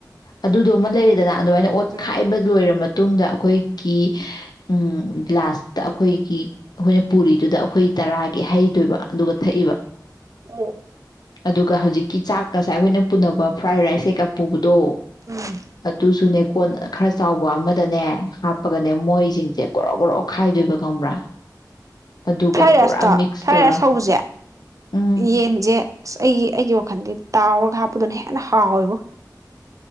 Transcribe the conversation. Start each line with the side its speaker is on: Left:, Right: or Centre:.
Left: ꯑꯗꯨꯗꯣ ꯑꯃ ꯂꯩꯔꯦꯗꯅ ꯑꯗꯨꯃꯥꯏꯅ ꯑꯣꯠꯈꯥꯏꯕ
Right: ꯎꯝ
Left: ꯂꯣꯏꯔꯃꯠ ꯃꯇꯨꯡꯗ ꯑꯈꯣꯏꯒꯤ ꯎꯝ ꯒꯂꯥꯁꯇ ꯑꯈꯣꯏꯒꯤ ꯑꯩꯈꯣꯏꯅ ꯄꯨꯔꯤꯗꯨꯗ ꯑꯩꯈꯣꯏ ꯇꯔꯥꯒꯤ ꯍꯩꯗꯣꯏꯕ ꯑꯗꯨꯒ ꯊꯛꯏꯕ
Right: ꯑꯣ ꯑꯣ
Left: ꯑꯗꯨꯒ ꯍꯧꯖꯤꯛꯀꯤ ꯆꯥꯛꯀꯁꯥꯏ ꯑꯩꯈꯣꯏꯅ ꯄꯨꯅꯕ ꯐ꯭ꯔꯥꯏ ꯔꯥꯏꯁ ꯀꯩꯀꯥ ꯄꯨꯕ ꯗꯣ
Right: ꯎꯝ
Left: ꯑꯗꯨꯁꯨꯅꯦ ꯀꯣꯟ ꯈꯔ ꯆꯥꯎꯕ ꯑꯃꯗꯅꯦ ꯍꯥꯞꯄꯒꯅꯦ ꯃꯣꯏꯖꯤꯡꯖꯦ ꯒꯣꯔꯣ ꯒꯣꯔꯣ ꯑꯣ ꯈꯥꯏꯗꯣꯏꯕ ꯈꯪꯕ꯭ꯔꯥ ꯑꯗꯨꯒ
Right: ꯐ꯭ꯔꯥꯏ
Left: ꯄꯨꯔꯥ
Right: ꯔꯥꯏꯁꯇꯣ
Left: ꯃꯤꯛꯁ
Right: ꯐ꯭ꯔꯥꯏ
Left: ꯇꯧꯔ
Right: ꯔꯥꯏꯁ ꯍꯧꯕꯖꯦ
Left: ꯎꯝ
Right: ꯌꯦꯟꯖꯦ ꯑꯩꯒꯤ ꯑꯩꯒꯤ ꯋꯥꯈꯟꯗꯤ ꯇꯥꯎꯔꯒ ꯍꯥꯞꯄꯗꯨꯅ ꯍꯦꯟꯅ ꯍꯥꯎꯋꯦꯕꯣ